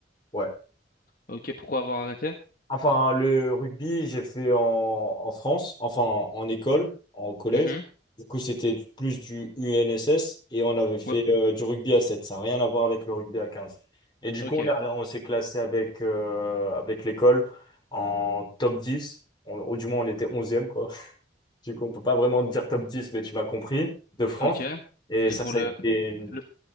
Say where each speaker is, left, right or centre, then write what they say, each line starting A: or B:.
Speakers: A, on the left (about 25°); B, on the left (about 50°).
A: ouais.
B: Ok, pourquoi avoir arrêté?
A: Enfin, le rugby, j'ai fait en, en France, enfin en école, en collège.
B: Mhm.
A: Du coup, c'était du- plus du UNSS et on avait fait
B: Ouais,
A: euh, du rugby à 7. Ça n'a rien à voir avec le rugby à 15. Et du
B: Ok,
A: coup, on a- on s'est classé avec, euh, avec l'école en top 10. On- ou du moins, on était onzième, quoi. <laughs> Du coup, on peut pas vraiment dire top 10, mais tu m'as compris, de France.
B: ok.
A: Et
B: Et
A: ça,
B: pour
A: ça
B: le,
A: a été une,
B: le,